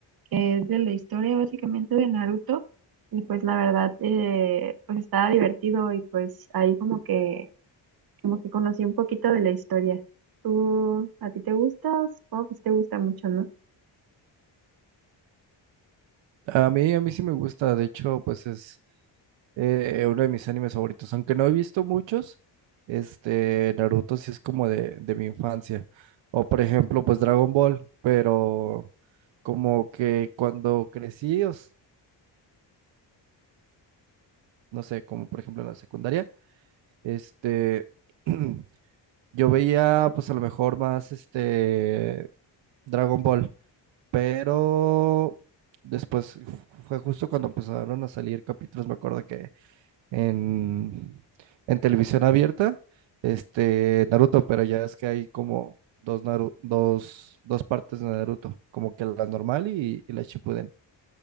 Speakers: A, on the right; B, on the right.
A: que es de la historia básicamente de Naruto. Y pues la verdad, eh, pues estaba divertido y pues ahí como que, como que conocí un poquito de la historia. ¿Tú, a ti te gusta? Supongo que sí te gusta mucho, ¿no?
B: A mí, a mí sí me gusta, de hecho, pues es eh, uno de mis animes favoritos, aunque no he visto muchos, este Naruto sí es como de, de mi infancia. O por ejemplo, pues Dragon Ball, pero como que cuando crecí, o s- no sé, como por ejemplo en la secundaria, este <clears throat> Yo veía, pues a lo mejor más este Dragon Ball, pero después f- fue justo cuando empezaron a salir capítulos, me acuerdo que en, en televisión abierta, este Naruto, pero ya es que hay como dos, Naru- dos, dos partes de Naruto, como que la normal y, y la Shippuden.